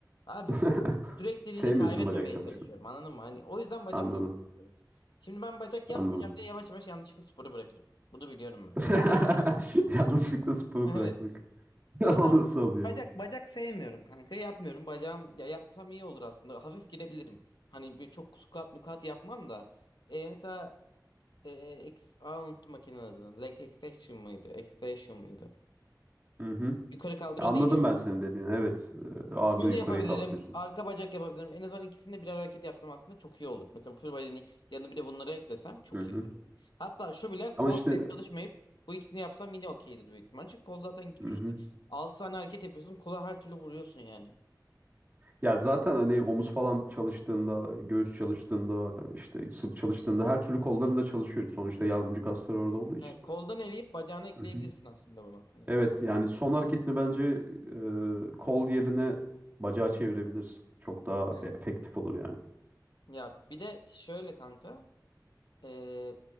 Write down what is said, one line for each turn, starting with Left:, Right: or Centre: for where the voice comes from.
Left: Abi
Right: <laughs>
Left: sürekliliğini
Right: Sevmiyorsun
Left: kaybetmemeye
Right: bacak çalışmayı.
Left: çalışıyorum anladın mı? Hani o yüzden bacak
Right: Anladım.
Left: <laughs> yapmıyorum. Şimdi ben bacak yapmayacağım
Right: Anladım.
Left: diye yavaş yavaş yanlışlıkla sporu bırakırım. Bunu biliyorum ben.
Right: <laughs> Yanlışlıkla sporu
Left: <laughs> Evet.
Right: bırakmak. <laughs>
Left: O yüzden
Right: O nasıl oluyor?
Left: bacak bacak sevmiyorum kanka. Yapmıyorum. Bacağım ya yapsam iyi olur aslında. Hafif girebilirim. Hani bir çok squat mukat yapmam da. E, mesela e, ex, aa, unuttum makinenin adını. Leg extension mıydı? Extension mıydı?
Right: ya? Hı hı.
Left: Yukarı kaldırıyordun
Right: Anladım
Left: ya.
Right: ben senin dediğini. Evet, e, ağırlığı
Left: Bunu
Right: yukarıya
Left: yapabilirim.
Right: kaldırıyorsun.
Left: Arka bacak yapabilirim. En azından ikisinde birer hareket yapsam aslında çok iyi olur. Mesela full body'nin yanına bir de bunları eklesem çok
Right: Hı hı.
Left: iyi olur. Hatta şu bile kol
Right: Ama işte
Left: pek çalışmayıp bu ikisini yapsam yine okeydir büyük ihtimal. Çünkü kol zaten
Right: hı
Left: 3
Right: hı.
Left: 6 tane hareket yapıyorsun. Kola her türlü vuruyorsun yani.
Right: Ya zaten hani omuz falan çalıştığında, göğüs çalıştığında, işte sırt çalıştığında her türlü kolların da çalışıyor. Sonuçta yardımcı kaslar orada olduğu için.
Left: Yani koldan eleyip bacağına ekleyebilirsin
Right: Hı hı.
Left: aslında bunu. Hani
Right: Evet yani son hareketini bence e, kol yerine bacağı çevirebilirsin. Çok daha
Left: Evet.
Right: efektif olur yani.
Left: ya bir de şöyle kanka. Ee,